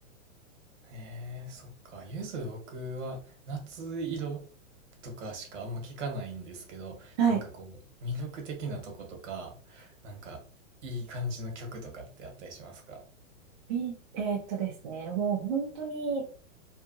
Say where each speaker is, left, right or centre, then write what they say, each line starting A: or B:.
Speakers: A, on the right; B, on the right.
A: へえ、そっか。ゆず僕は夏色とかしかあんま聞かないんですけど、
B: はい。
A: なんかこう、魅力的なとことか、なんかいい感じの曲とかってあったりしますか
B: ビえーっとですね、もう本当に